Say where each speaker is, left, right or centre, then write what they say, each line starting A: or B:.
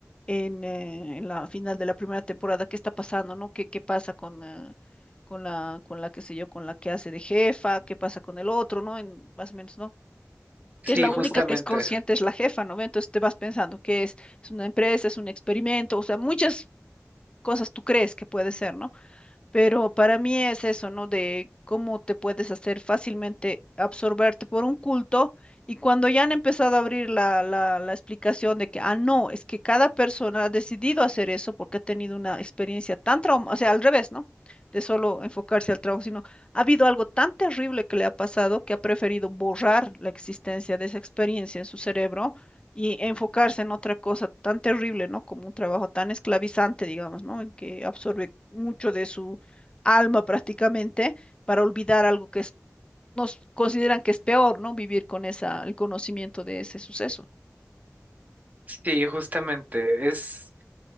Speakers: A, on the left; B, on the right.
A: en, eh, en la final de la primera temporada, ¿qué está pasando, ¿no? ¿Qué, qué pasa con, eh, con la, con la, qué sé yo, con la que hace de jefa? ¿Qué pasa con el otro, ¿no? En, más o menos, ¿no? que
B: sí,
A: es la Ah,
B: justamente.
A: única pues, que es consciente, es la jefa, ¿no? ve? Entonces te vas pensando que es, es una empresa, es un experimento, o sea, muchas cosas tú crees que puede ser, ¿no? Pero para mí es eso, ¿no? De cómo te puedes hacer fácilmente absorberte por un culto y cuando ya han empezado a abrir la, la, la explicación de que, ah, no, es que cada persona ha decidido hacer eso porque ha tenido una experiencia tan traumática, o sea, al revés, ¿no? De solo enfocarse al trabajo, sino ha habido algo tan terrible que le ha pasado que ha preferido borrar la existencia de esa experiencia en su cerebro y enfocarse en otra cosa tan terrible, ¿no? Como un trabajo tan esclavizante, digamos, ¿no? En que absorbe mucho de su alma prácticamente para olvidar algo que es- nos consideran que es peor, ¿no? Vivir con esa, el conocimiento de ese suceso.
B: Sí, justamente. Es.